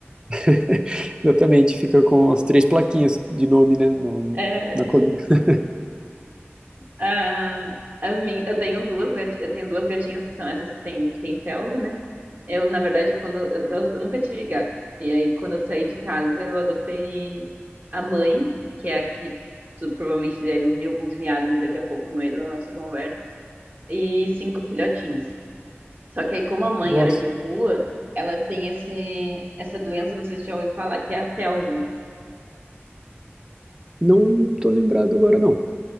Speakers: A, on the right; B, on the right.
A: <laughs> Exatamente, fica com as três plaquinhas de nome, né, no-
B: É,
A: na coluna. <laughs>
B: Ah, as min... Eu tenho duas, gati- eu tenho duas gatinhas que são essas que têm, que têm felve, né? Eu, na verdade, quando eu, eu- eu nunca tive gato. E aí, quando eu saí de casa, eu adotei a mãe, que é a que tu provavelmente deve ouvir alguns miados daqui a pouco no meio da nossa conversa, e cinco filhotinhos. Só que aí, como a mãe
A: Nossa,
B: era de rua, ela tem esse, essa doença, não sei se você já ouviu falar, que é a felve.
A: não tô lembrado agora, não.